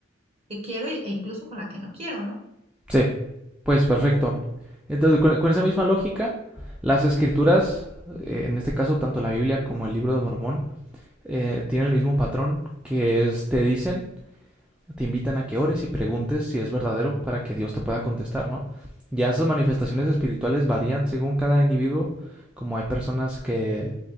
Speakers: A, on the right; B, in the centre.
A: que quiero e e incluso con la que no quiero, ¿no?
B: Sí. Pues perfecto. Entonces, con, con esa misma lógica, las escrituras, eh, en este caso tanto la Biblia como el libro de Mormón, eh, tienen el mismo patrón que es te dicen, te invitan a que ores y preguntes si es verdadero para que Dios te pueda contestar, ¿no? Ya esas manifestaciones espirituales varían según cada individuo, como hay personas que